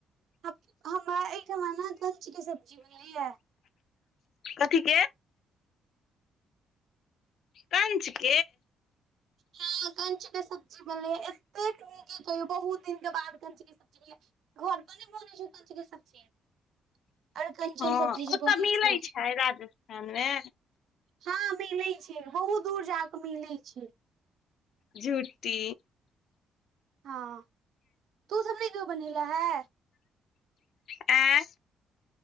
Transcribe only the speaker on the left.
कथिक कञ्चिक
हँ
ओ
तऽ मिलैत
छै राजस्थानमे
झूटी
ऐं